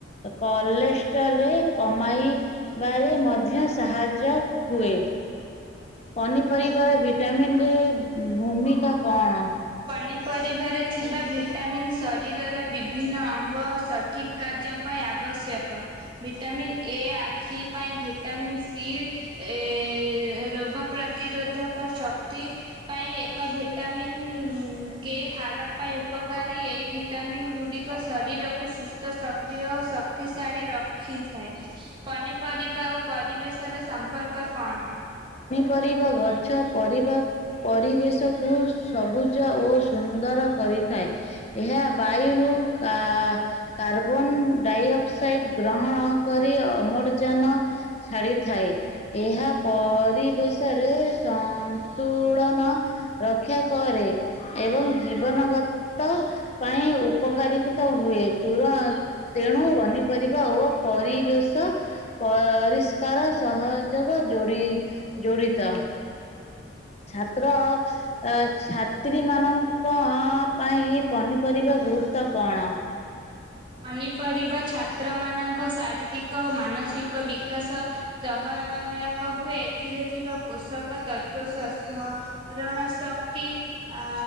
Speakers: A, on the left; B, on the right.
A: କଲେଷ୍ଟରରେ କମାଇ ବାରେ ମଧ୍ୟ ସାହାଯ୍ୟ ହୁଏ। ପନିପରିବାର ଭିଟାମିନ ରେ ଭୂମିକା କଣ?
B: ପନିପରିବାରେ ଥିବା ଭିଟାମିନ୍ ଶରୀରର ବିଭିନ୍ନ ଅଙ୍ଗ ସଠିକ୍ କାର୍ଯ୍ୟ ପାଇଁ ଆବଶ୍ୟକ ଭିଟାମିନ୍ ଏ ଆଖି ପାଇଁ ଭିଟାମିନ୍ ସି ଏ ରୋ ପ୍ରତିରୋଧକ ଶକ୍ତି ପାଇଁ ଏକ ଭିଟାମିନ୍। ଉ କେ ହାଡ଼ ପାଇଁ ଉପକାରୀ ଏହି ଭିଟାମିନ୍ ଗୁଡିକ ଶରୀରକୁ ସୁସ୍ଥ ସକ୍ରିୟ ଓ ଶକ୍ତିଶାଳୀ ରଖିଥାଏ ପନିପରିବା ଓ ପରିବେଶର ସମ୍ପର୍କ କଣ?
A: କରିବା ଗ ଛ ପରିବା ପରିବେଶକୁ ସବୁ ସବୁଜ ଓ ସୁନ୍ଦ କରିଥାଏ ଏହା ବାୟୁ ରୁ କା କାର୍ବ ବନ ଡାଇଅକ୍ସାଇଡ୍ ଗ୍ରହଣ କରି ଅମ ଜନ ଛାଡ଼ିଥାଏ। ଏହା ପରିବେଶ ରେ ସନ୍ତୁଳନ ରକ୍ଷା କରେ ଏବଂ ଜୀବନଗତ ପାଇଁ ଉ ଉପକାରୀକୃତ ହୁଏ ତୁର ତେଣୁ ଅନତ। <inaudible> କରିବା ଓ ପରିବେଶ ପରିଷ୍କାର ସହଯୋଗ ଯୋଡି କୁଡ଼ିତ। ଛାତ୍ର ଅ ଛାତ୍ରୀ ମାନଙ୍କୁ। ଲୋକ ପାଇଁ ପନିପରିବା ଗୁରୁତ୍ଵ କଣ?
B: ପନିପରିବା ଛାତ୍ର ମାନଙ୍କ ଶାରୀରିକ ଓ ମାନସିକ ବିକାଶ ସହାୟକ ହୁଏ ଏଥିରେ। ଥିବା ପୋଷକ ତତ୍ଵ ସ୍ମରଣ ଶକ୍ତି ଆ